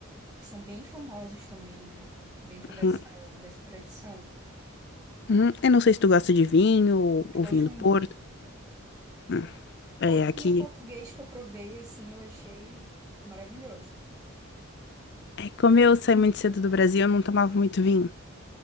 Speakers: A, on the right; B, on the left.
A: Que são bem famosos também, né? Dentro dessa,
B: Hum,
A: dessa tradição.
B: hum. Eu não sei se tu gosta de vinho ou, ou
A: Eu gosto
B: vinho do
A: muito.
B: Porto. Hum. É,
A: Todo
B: aqui.
A: vinho português que eu provei, assim, eu achei maravilhoso.
B: É, como eu saí muito cedo do Brasil, eu não tomava muito vinho.